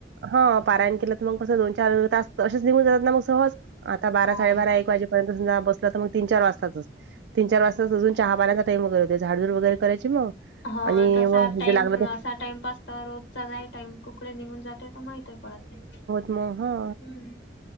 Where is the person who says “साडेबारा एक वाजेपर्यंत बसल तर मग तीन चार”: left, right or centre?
Right